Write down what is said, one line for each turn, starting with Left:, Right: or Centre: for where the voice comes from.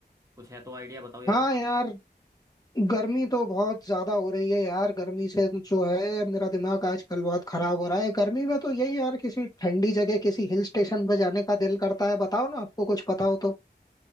Right: कुछ है तो आइडिया बताओ यार
Left: हाँ यार गर्मी तो बहुत ज्यादा हो रही है यार गर्मी से जो है मेरा दिमाग आजकल बहुत खराब हो रहा है गर्मी में तो यही यार किसी ठंडी जगह किसी हिल स्टेशन पे जाने का दिल करता है बताओ ना आपको कुछ पता हो तो